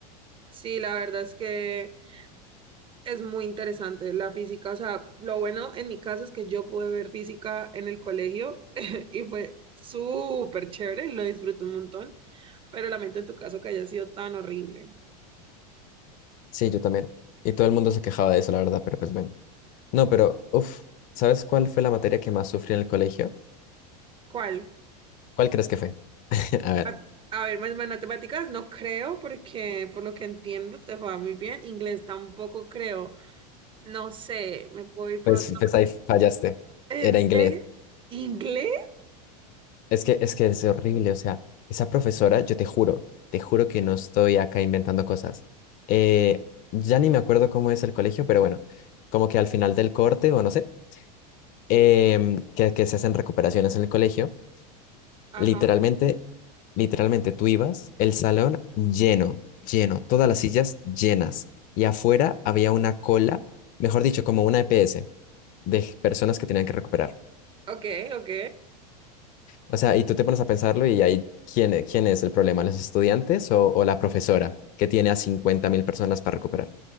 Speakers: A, on the right; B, on the left.
A: Sí, la verdad es que es muy interesante la física. O sea, lo bueno en mi caso es que yo pude ver física en el colegio <laughs> y fue súper chévere, lo disfruté un montón, pero lamento en tu caso que haya sido tan horrible.
B: Sí, yo también. Y todo el mundo se quejaba de eso, la verdad, pero pues bueno. No, pero, uff, ¿sabes cuál fue la materia que más sufrí en el colegio?
A: ¿Cuál?
B: ¿Cuál crees que fue? <laughs> A ver,
A: A, a ver, más matemáticas no creo porque por lo que entiendo te va muy bien. Inglés tampoco creo. No sé, me puedo ir por
B: pues,
A: otro.
B: pues ahí fallaste.
A: ¿En
B: Era
A: serio?
B: inglés.
A: ¿Inglés?
B: Es que, es que es horrible, o sea, esa profesora, yo te juro, te juro que no estoy acá inventando cosas. Eh, ya ni me acuerdo cómo es el colegio, pero bueno, como que al final del corte, o no sé, em, que, que se hacen recuperaciones en el colegio,
A: Ajá.
B: literalmente, literalmente tú ibas, el salón lleno, lleno, todas las sillas llenas, y afuera había una cola, mejor dicho, como una EPS de personas que tenían que recuperar.
A: Ok, ok.
B: O sea, y tú te pones a pensarlo y ahí, ¿quién, e- quién es el problema? ¿Los estudiantes o, o la profesora que tiene a cincuenta mil personas para recuperar?